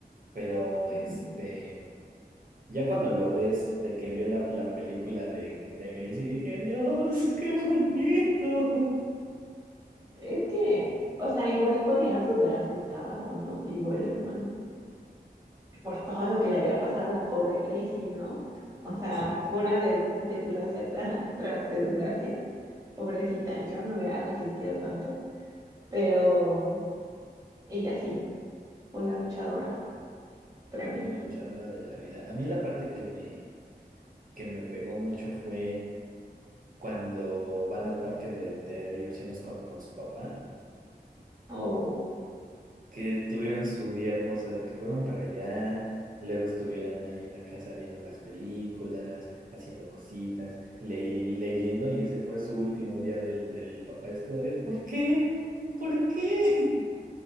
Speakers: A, on the right (about 55°); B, on the right (about 20°).
A: Pero
B: Ujú.
A: este. Ya cuando lo ves de que vio la, la película de, de Grace y dije, Dios, qué bonito.
B: Es que, o sea, igual podías dudar si estaba o no vivo el hermano, por todo lo que le había pasado a la pobre Gracie, ¿no? O sea,
A: Exacto,
B: pura des- desgracia tra- tras desgracia. Pobrecita, yo no había resistido tanto, pero ella sí, fue una luchadora tremenda.
A: una luchadora de la vida. A mí la parte que me, que me pegó mucho fue cuando van al parque de, de diversiones con, con su papá,
B: Oh,
A: que tuvieron su día hermosa, de que fueron para allá, luego estuvieron ahí en la casa viendo las películas, haciendo cositas, le- leyendo, y ese fue su último día del, del papá. Es como de, ¿por qué? ¿Por qué?